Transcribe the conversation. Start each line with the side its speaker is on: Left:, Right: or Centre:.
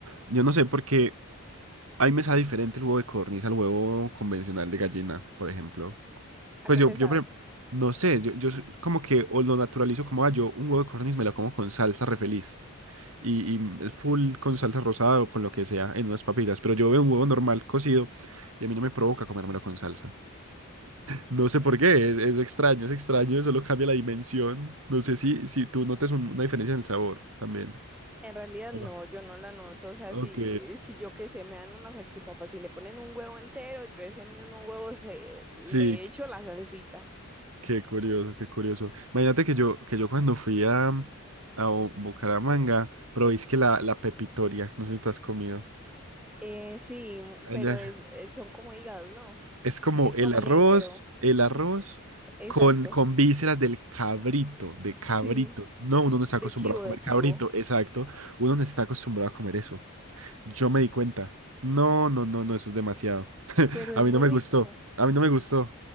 Right: yo no sé por qué a mí me sabe diferente el huevo de codorniz al huevo convencional de gallina, por ejemplo.
Centre: ¿A
Right: Pues
Centre: qué
Right: yo,
Centre: te
Right: yo,
Centre: sabe?
Right: por ejem- no sé, yo, yo s- como que o lo naturalizo como, ah, yo un huevo de codorniz me lo como con salsa re feliz. Y, y es full con salsa rosada o con lo que sea en unas papitas. Pero yo veo un huevo normal cocido y a mí no me provoca comérmelo con salsa. No sé por qué, es, es extraño, es extraño, solo cambia la dimensión. No sé si, si tú notas un- una diferencia en el sabor también.
Centre: En realidad
Right: Hola.
Centre: no, yo no la noto. O sea,
Right: Ok.
Centre: si, eh, si yo que sé, me dan una salchipapa, si le ponen un huevo entero, yo ese mismo huevo se, le
Right: Sí,
Centre: echo la salsita.
Right: Qué curioso, qué curioso. Imagínate que yo, que yo cuando fui a, a Bu- Bucaramanga, probé es que la, la pepitoria, no sé si tú has comido.
Centre: Eh, sí,
Right: Allá
Centre: pero es, es- son como hígados, ¿no?
Right: es como
Centre: que es
Right: el
Centre: como
Right: arroz,
Centre: negro.
Right: el arroz
Centre: Ujú, Exacto,
Right: con, con vísceras del cabrito, de cabrito.
Centre: sí,
Right: No, uno no está
Centre: de
Right: acostumbrado
Centre: chivo,
Right: a comer
Centre: de chivo,
Right: cabrito, exacto. Uno no está acostumbrado a comer eso. Yo me di cuenta. No, no, no, no, eso es demasiado. <laughs>
Centre: pero es
Right: A mí
Centre: muy
Right: no me
Centre: rico,
Right: gustó. A mí no me gustó.